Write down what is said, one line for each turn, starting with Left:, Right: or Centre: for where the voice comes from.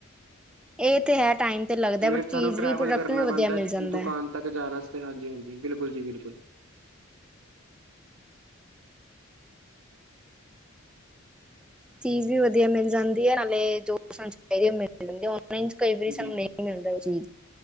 Centre: ਇਹ ਤੇ ਹੈ ਟਾਈਮ ਤੇ ਲੱਗਦਾ
Right: ਜਿਵੇਂ
Centre: ਬਟ
Right: ਸਾਨੂੰ
Centre: ਚੀਜ਼
Right: ਟਰੈਵਲ
Centre: ਵੀ ਪ੍ਰੋਡਕਟ
Right: ਕਰਨਾ
Centre: ਵੀ ਵਧੀਆ
Right: ਪੈਂਦਾ
Centre: ਮਿਲ ਜਾਂਦਾ
Right: ਦੁਕਾਨ
Centre: ਹੈ।
Right: ਤੱਕ ਜਾਣ ਵਾਤੇ ਹਾਂਜੀ ਹਾਂਜੀ ਬਿਲਕੁਲ ਜੀ ਬਿਲਕੁਲ
Centre: ਚੀਜ਼ ਵੀ ਵਧੀਆ ਮਿਲ ਜਾਂਦੀ ਹੈ ਨਾਲੇ ਜੌ ਸਾਨੂੰ ਚਾਹੀਦੀ ਹੈ ਮਿਲ ਜਾਂਦੀ ਔਨਲਾਈਨ ਕਈ ਵਾਰੀ
Right: ਹਾਂਜੀ
Centre: ਸਾਨੂੰ ਨਹੀਂ ਮਿਲਦਾ ਉਹ ਚੀਜ਼